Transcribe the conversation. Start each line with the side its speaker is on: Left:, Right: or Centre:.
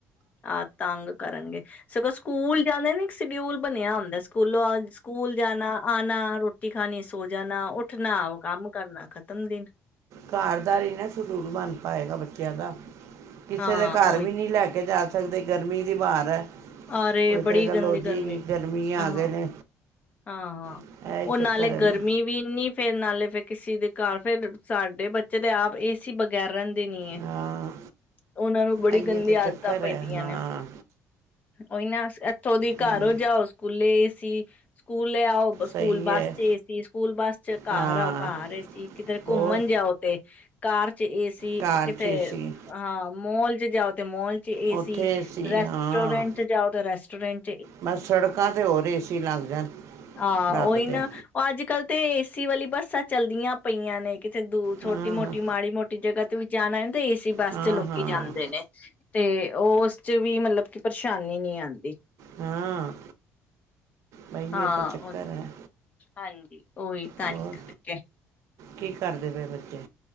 Left: ਆਹ ਤੰਗ ਕਰਨਗੇ ਸਗੋਂ ਸ ਸਕੂਲ ਜਾਂਦੇ ਨੇ ਇੱਕ ਸ਼ਡਿਊਲ ਬਣਿਆ ਹੁੰਦਾ, ਸਕੂਲੋਂ ਆ, ਸਕੂਲ ਜਾਣਾ, ਆਉਣਾ ਰੋਟੀ ਖਾਣੀ ਸੋ ਜਾਣਾ ਉੱਠਣਾ ਕੰਮ ਕਰਨਾ ਖ ਤਮ ਦਿਨ
Right: ਘਰ ਦਾ ਹੀ ਨੀ ਸ਼ੈਡਿਊਲ ਬਨ ਪਾਏਗਾ, ਬੱਚਿਆਂ ਦਾ ਕਿਸੇ
Left: ਹਾਂ
Right: ਦੇ ਘਰ
Left: ਉਹੀ
Right: ਵੀ ਨੀ ਲੈ ਕੇ ਜਾ ਸਕਦੇ ਗਰਮੀ ਦੀ ਵਾਰ ਹੈ
Left: ਆਰੇ,
Right: ਕੋਈ ਕਹੇਗਾ
Left: ਬੜੀ ਗੰਦੀ
Right: ਲੋ
Left: ਗਰਮੀ
Right: ਜੀ ਗਰਮੀ ਆ
Left: ਹਾਂ
Right: ਗਏ ਨੇ
Left: ਹਾਂ ਹਾਂ,
Right: ਇਹ ਹੀ
Left: ਉਹ ਨਾਲੇ
Right: ਚੱਕਰ ਹੈ
Left: ਗਰਮੀ
Right: ਨਾ
Left: ਵੀ ਇਨੀ ਫੇਰ ਨਾਲੇ ਫੇਰ ਕਿਸੀ ਦੇ ਘਰ ਫੇਰ, ਸਾਡੇ ਬੱਚੇ ਦੇ ਆਪ ਏ ਸੀ ਬਗੈਰ ਰਹਿੰਦ ਦੇ ਨੀ ਹੈ,
Right: ਹਾਂ
Left: ਉਹਨਾਂ ਨੂੰ ਬੜੀ
Right: ਆਈਏ
Left: ਗੰਦੀ
Right: ਤਾਂ
Left: ਆਦਤਾਂ
Right: ਚੱਕਰ
Left: ਪੈਂਦੀਆਂ
Right: ਹੈ ਹਾਂ
Left: ਨੇ ਉਹੀਨਾਂ <inaudible> ਥੋਂਦੀ
Right: ਹੂੰ
Left: ਘਰ ਹੋ ਜਾਓ, ਸਕੂਲੇ ਏਸੀ ਸਕੂਲ ਸਕੂਲੇ ਆਓ ਸਕੂਲ
Right: ਸਹੀ
Left: ਬੱਸ
Right: ਹੈ
Left: ਚ ਏ ਸੀ, ਸਕੂਲ ਬੱਸ ਚ ਘਰ
Right: ਹਾਂ
Left: ਆਓ, ਘਰ ਏ ਸੀ, ਕਿਤੇ
Right: ਹੋਰ
Left: ਘੁੰਮਣ ਜਾਓ ਤੇ, ਕਾਰ ਚ ਏ ਸੀ
Right: ਕਾਰ
Left: ਕਿਤੇ
Right: 'ਚ ਏ ਸੀ
Left: ਹਾਂ ਮੋਲ ਚ ਜਾਓ, ਤੇ ਮੋਲ ਚ, ਏ
Right: ਉੱਥੇ
Left: ਸੀ
Right: ਏ ਸੀ
Left: ਰੈਸਟ
Right: ਹਾਂ
Left: ਰੈਸੋਰੈਂਟ ਜਾਓ ਤਾਂ ਰੈਸ ਟੋਰੈਂਟ
Right: ਬਸ ਸੜਕਾਂ ਤੇ ਹੋਰ ਏਸੀ ਲੱਗ ਜਾਣ,
Left: ਹਾਂ
Right: ਰੱਬ
Left: ਉਹੀ ਨਾ
Right: ਦੇ
Left: ਉਹ ਅੱਜ ਕੱਲ੍ਹ ਤੇ, ਏਸੀ ਵਾਲੀ ਬੱਸਾਂ ਚਲਦੀਆਂ ਪਈਆਂ ਨੇ ਕਿਤੇ ਦੂਰ, ਛੋਟੀ
Right: ਹਾਂ
Left: ਮੋਟੀ ਮਾੜੀ ਮੋਟੀ ਜਗ੍ਹਾ ਵੀ ਜਾਣਾ ਤੇ, ਏ ਸੀ ਬੱਸ
Right: ਹਾਂ
Left: ਚ ਲੋਕੀ
Right: ਹਾਂ
Left: ਜਾਂਦੇ ਨੇ ਤੇ ਉਹ ਉਸ ਚ ਵੀ ਮਤਲਬ ਕਿ ਪਰੇਸ਼ਾਨੀ ਨਹੀ ਆਂਦੀ
Right: ਹਾਂ ਬਈ
Left: ਹਾਂਹੀ
Right: ਇਹ ਤਾਂ ਚੱਕਰ ਹੈ
Left: ਹਾਂਜੀ ਉ ਓਹੀ ਤਾਂ
Right: ਹੋਰ
Left: ਹੀ ਕਰਕੇ
Right: ਕੀ ਕਰਦੇ ਪਏ ਬੱਚੇ